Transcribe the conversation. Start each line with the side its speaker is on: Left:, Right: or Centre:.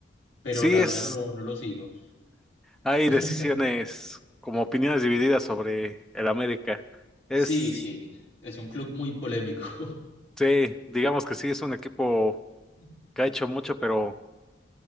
Left: pero
Centre: Sí,
Left: la
Centre: es.
Left: verdad no lo, no lo sigo.
Centre: Hay
Left: <laughs>
Centre: decisiones como opiniones divididas sobre el América. Es,
Left: Sí, sí, es un club muy polémico.
Centre: sí, digamos que sí, es un equipo
Left: <laughs>
Centre: que ha hecho mucho, pero